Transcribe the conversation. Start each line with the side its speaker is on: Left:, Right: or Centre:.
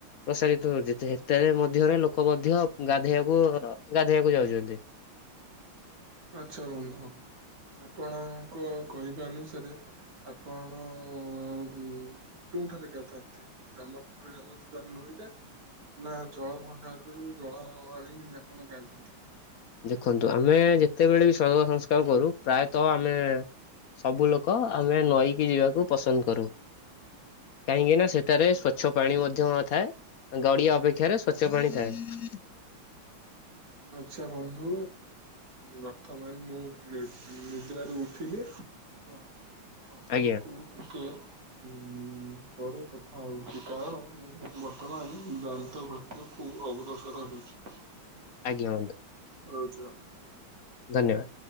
Left: ପ୍ରସାରିତ ହଉଛି ସେତେରେ ମଧ୍ୟରେ ଲୋକ ମଧ୍ୟ ଗାଧେଇବାକୁ ଗାଧେଇବାକୁ ଯାଉଛନ୍ତି।
Right: ଆଛା ବନ୍ଧୁ ଆପଣଙ୍କ କହିବା ଅନୁସାରେ ଆପଣ ଉ କୋଉଠାରେ ଗାଧାନ୍ତି ଗ୍ରାମ ପାଖରେ ଗ୍ରାମରେ ଥିବା ନଈ। ଏ ନା ଜଳ ଭଣ୍ଡାରରୁ ଜଳ ଆଣି ଆପଣ ଗାଧାନ୍ତି।
Left: ଦେଖନ୍ତୁ ଆମେ ଯେତେବେଳେ ବି ଶବ ସଂସ୍କାର କରୁ, ପ୍ରାୟତଃ ଆମେ ସବୁ ଲୋକ ଆମେ ନଈକି ଯିବାକୁ ପସନ୍ଦ କରୁ। କାହିଁକି ନା ସେଠାରେ ସ୍ଵଚ୍ଛ ପାଣି ମଧ୍ୟ ଥାଏ। ଗଡିଆ ଅପେକ୍ଷାରେ ସ୍ଵଚ୍ଛ ପାଣି ଥାଏ ।
Right: ହ <inaudible> ଆଛା ବନ୍ଧୁ ବର୍ତ୍ତମାନ ମୁଁ ନିଦୟାରୁ ଉଠିଲି। ତ ମୁଁ ଆପଣଙ୍କୁ
Left: ଆଜ୍ଞା
Right: କି ସେ ହଁ ପରେ କଥା ହଉଛି କାରଣ ମୁଁ ବର୍ତ୍ତମାନ ଦାନ୍ତ ଘଟ କୁ ଅଗ୍ରସର ହେଉଛି।
Left: ଆଜ୍ଞା ହନ୍ତୁ।
Right: ରହୁଛୁ।
Left: ଧନ୍ୟବାଦ।